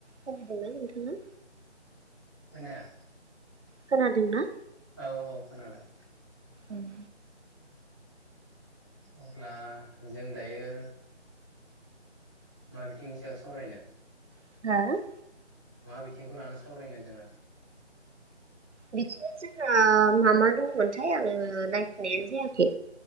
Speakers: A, on the right; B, in the centre.
A: खोनादों ना नोंथाङा?
B: खोनाया।
A: खोनादोंना?
B: औ औ खोनादों।
A: उम
B: अब्ला जों दायो। मा बिथिंनि सायाव सावरायनो।
A: हो
B: मा बिथिंखौ लाना सावरायनो जोङो।
A: बिदिनो जोंहा मा मा दंमोनथाय आङो नायफैनायानो जायाखै।